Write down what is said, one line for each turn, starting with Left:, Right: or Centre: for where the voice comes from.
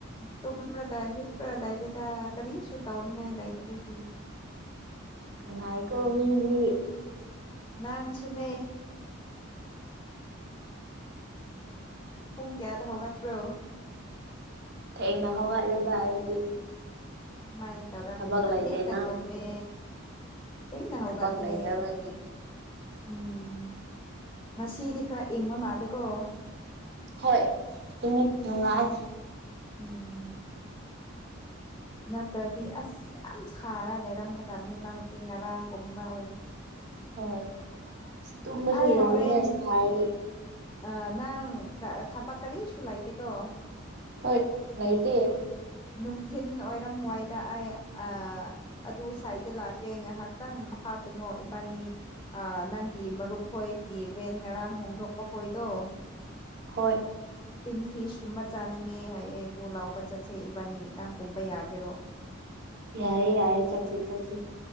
Left: ꯇꯨꯝꯔ ꯀ ꯍꯤꯞꯔꯒ ꯂꯩꯥꯏꯔꯤꯗ ꯀꯔꯤꯁꯨ ꯇꯧꯅꯤꯡꯉꯥꯏ ꯂꯩꯗꯕꯒꯤ
Right: ꯅꯨꯡꯉꯥꯏ ꯀꯣ ꯃꯤꯗꯤ
Left: ꯅꯪꯁꯨꯅꯦ ꯄꯨꯡ ꯀꯌꯥꯗ ꯍꯧꯒꯠꯄ꯭ꯔꯣ
Right: ꯊꯦꯡꯅ ꯍꯧꯒꯂꯦꯗ ꯑꯩꯗꯤ
Left: ꯃꯥꯏ ꯇꯧꯔꯝꯅꯤꯕ
Right: ꯊꯕꯛ ꯂꯩꯇꯦꯅ
Left: ꯊꯦꯡꯅ ꯇꯨꯝꯃꯦ ꯊꯅ ꯍꯧꯒꯠ
Right: ꯊꯕꯛ
Left: ꯂꯦ
Right: ꯂꯩꯇꯕꯒꯤ
Left: ꯎꯝ ꯉꯁꯤꯗꯤ ꯈꯔ ꯏꯪꯕ ꯃꯥꯜꯂꯦꯀꯣ
Right: ꯍꯣꯏ ꯏꯡꯏ ꯅꯨꯡꯉꯥꯏ
Left: ꯎꯝ ꯅꯠꯇ꯭ꯔꯗꯤ ꯑꯁ ꯌꯥꯝ ꯁꯥꯔ ꯂꯩꯔꯝꯒꯗꯕꯅꯦꯕ ꯍꯧꯖꯤꯛ ꯉꯔꯥꯡꯒꯨꯝꯕ ꯑꯣꯏꯔꯗꯤ
Right: ꯍꯣꯏ ꯇꯨꯝꯃꯁꯨ
Left: ꯑꯩ
Right: ꯌꯗꯦꯅꯦ
Left: ꯍꯣꯔꯦꯟ
Right: ꯁꯥꯔꯗꯤ
Left: ꯑ ꯅꯪ ꯊꯕꯛ ꯀꯔꯤꯁꯨ ꯂꯩꯇꯦꯀꯣ
Right: ꯍꯣꯏ ꯂꯩꯇꯦ
Left: ꯅꯨꯡꯊꯤꯟ ꯑꯣꯏꯔꯝꯋꯥꯏꯗ ꯑꯩ ꯑ ꯑꯗꯨ ꯁꯥꯏꯠꯇ ꯂꯥꯛꯀꯦ ꯉꯥꯏꯍꯥꯛ ꯅꯪ ꯃꯈ ꯀꯨꯝꯃꯣ ꯏꯕꯥꯅꯤ ꯑꯥ ꯅꯪꯒꯤ ꯃꯔꯨꯞ ꯍꯣꯏꯒꯤ ꯔꯦꯟ ꯉꯔꯥꯡ ꯍꯣꯡꯗꯣꯛꯄ ꯍꯣꯏꯗꯣ
Right: ꯍꯣꯏ
Left: ꯇꯤꯟ ꯐꯤꯁ ꯀꯨꯝꯕ ꯆꯥꯅꯤꯡꯉꯦ ꯍꯥꯏꯌꯦ ꯑꯗꯨ ꯂꯥꯎꯕ ꯆꯠꯁꯦ ꯏꯕꯥꯅꯤ ꯅꯪ ꯀꯨꯝꯕ ꯌꯥꯒꯦꯔꯣ
Right: ꯌꯥꯏꯦ ꯌꯥꯏꯌꯦ ꯆꯥꯆꯤ ꯆꯆꯤ